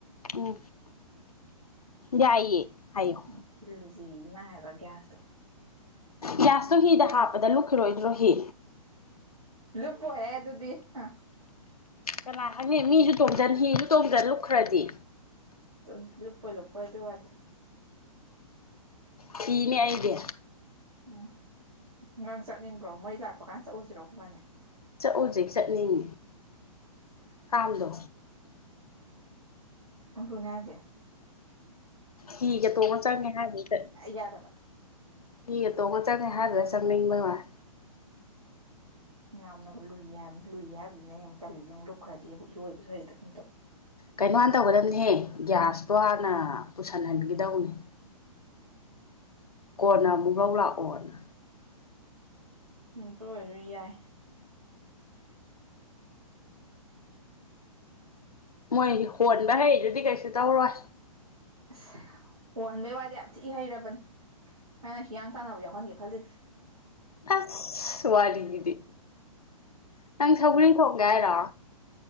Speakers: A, on the left (about 75°); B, on the right (about 75°).
A: ꯎꯝ ꯌꯥꯏꯌꯦ ꯍꯥꯏꯌꯣ
B: ꯎꯝ ꯊꯤꯜꯂꯨꯖꯦꯌꯦ ꯃꯥ ꯍꯥꯏꯕ ꯒ꯭ꯌꯥꯁ
A: ꯒ꯭ꯌꯥꯁꯇꯨ ꯍꯤꯗ ꯍꯥꯞꯄꯗ ꯂꯨꯞꯈꯤꯔꯣꯏꯗ꯭ꯔꯣ ꯍꯤ
B: ꯂꯨꯄꯣꯏꯍꯦ ꯑꯗꯨꯗꯤ ꯍ
A: ꯀꯅꯥ ꯈꯪꯅꯤ ꯃꯤꯖꯨ ꯇꯣꯡꯖꯟ ꯍꯤꯖꯨ ꯇꯣꯡꯖꯟ ꯂꯨꯈ꯭ꯔꯗꯤ
B: ꯇꯟ ꯂꯨꯞꯄꯣꯏ ꯂꯨꯨꯞꯄꯣꯏ ꯑꯗꯨ ꯋꯥꯗꯤ
A: ꯀꯤꯅꯦ ꯑꯩꯗꯤ
B: ꯎꯝ ꯅꯪ ꯆꯠꯅꯤꯡꯕ꯭ꯔꯣ ꯃꯣꯏ ꯂꯥꯛꯄ ꯀꯥꯟ ꯆꯧꯖꯤꯔꯣ ꯑꯈꯣꯏꯕꯥꯅꯤ
A: ꯆꯠꯎꯖꯦ ꯆꯠꯅꯤꯡ ꯐꯥꯝꯗꯣ
B: ꯑꯗꯨꯅꯦ ꯍꯥꯏꯖꯦ
A: ꯍꯤꯒ ꯇꯣꯡꯉ ꯆꯪꯉꯦ ꯍꯥꯏꯕꯗꯨꯗ
B: ꯌꯥꯗꯕ
A: ꯍꯤꯒ ꯇꯣꯡꯉ ꯆꯪ ꯍꯥꯏꯕꯗꯨꯗ ꯆꯪꯅꯤꯡꯕꯩ ꯋꯥꯟ
B: ꯌꯥꯝꯅꯒ ꯂꯨꯏ ꯍꯥꯏꯝꯅꯤ ꯂꯨꯏ ꯍꯥꯏꯕꯗꯨꯅꯦ ꯑꯩꯅ ꯑꯃꯨꯛ ꯇꯜꯂꯤꯖꯦ ꯂꯨꯞꯈ꯭ꯔꯗꯤꯕꯨ ꯏꯔꯣꯏꯕꯁꯨ ꯍꯦꯛꯇꯒꯨꯝ ꯇꯧ
A: ꯀꯩꯅꯣꯥ ꯍꯥꯟ ꯇꯧꯒꯗꯝꯅꯦꯍꯦ ꯒ꯭ꯌꯥꯁꯇꯣ ꯍꯥꯟꯅ ꯄꯨꯁꯟꯍꯟꯒꯒꯤꯗꯧꯅꯦ ꯀꯣꯟꯅ ꯑꯃꯨꯛ ꯂꯧ ꯂꯥꯛꯑꯣꯅ
B: ꯍꯨꯝꯇꯨꯑꯣꯏꯖꯨ <unintelligible> ꯌꯥꯏ
A: ꯃꯣꯏ ꯍꯣꯟꯕ ꯍꯩꯗꯨꯗꯤ ꯀꯩꯁꯨ ꯇꯧꯔꯣꯏ
B: ꯑꯁ ꯍꯣꯟꯕꯩ ꯋꯥꯗꯤ ꯌꯥꯝ ꯊꯤ ꯍꯩꯔꯕꯅꯦ ꯑꯩꯅ ꯍꯤꯌꯥꯡ ꯇꯥꯟꯅꯕ ꯌꯥꯎꯍꯟꯒꯦ ꯈꯜꯂꯤ
A: ꯑꯁ ꯋꯥꯔꯤꯗꯤ ꯅꯪ ꯁꯧꯒ꯭ꯔꯤ ꯊꯣꯡꯒꯦ ꯍꯥꯏꯔꯣ